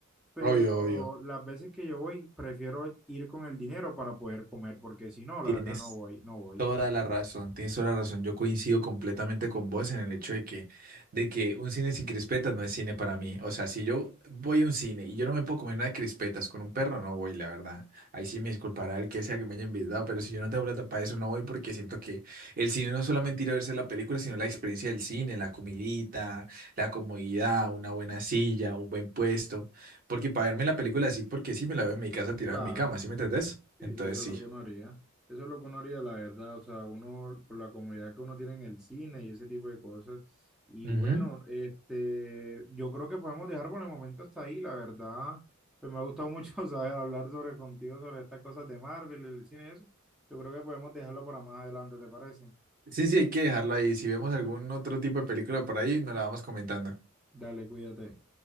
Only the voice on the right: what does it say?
obvio, obvio.
Tienes.
Toda la razón, tienes toda la razón. Yo coincido completamente con vos en el hecho de que, de que un cine sin crispetas no es cine para mí. O sea, si yo voy a un cine y yo no me puedo comer unas crispetas con un perro, no voy, la verdad. Ahí sí me disculpará el que sea que me haya invitado, pero si yo no tengo plata para eso, no voy porque siento que el cine no es solamente ir a verse la película, sino la experiencia del cine, la comidita, la comodidad, una buena silla, un buen puesto. Porque para verme la película así, porque sí me la veo en mi casa tirada
en mi cama, ¿sí me entendés?
Entonces
sí.
Ujú.
Sí, sí, hay que dejarlo ahí. Si vemos algún otro tipo de película por ahí, nos la vamos comentando.